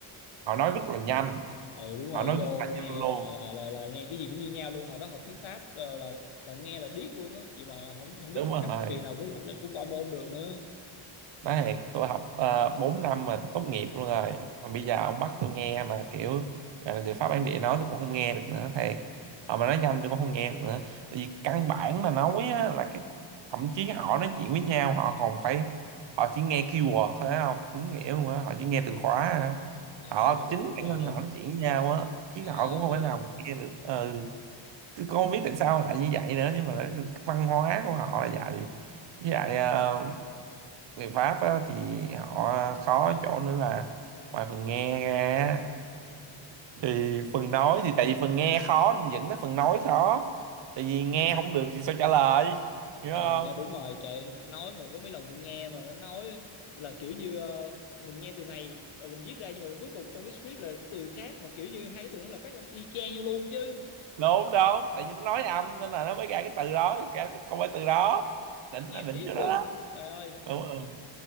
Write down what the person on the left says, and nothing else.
ừ đúng rồi
vô
nghe
là là là là nghe cái gì cũng như nhau luôn hồi đó học tiếng Pháp ờ, là là nghe là điếc luôn á vậy mà không không biết
cách thần kỳ nào cũng cũng qua môn được nữa
À
hay vậy luôn
á
trời
Má
ơi
ờ
ha, đúng rồi trời Nói mà có mấy lần tôi nghe mà nó nói Là kiểu như ờ, mình nghe từ này Rồi mình viết ra nhưng mà cuối cùng trong cái script là cái từ khác Mà kiểu như hai cái từ nó là phát âm y chang nhau luôn chứ
Nghe
điếc
luôn
Trời ơi